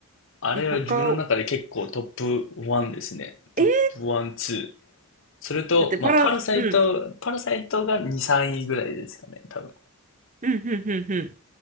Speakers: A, on the left; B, on the right.
A: あれは自分の中で結構トップ1ですね。
B: え、他、
A: トップ1、
B: えー、
A: 2。それと、
B: だってパラ、
A: まあ、パラサイト、
B: うん、
A: パラサイトが2、3位ぐらいですかね、多分。
B: うん、うん、うん、うん。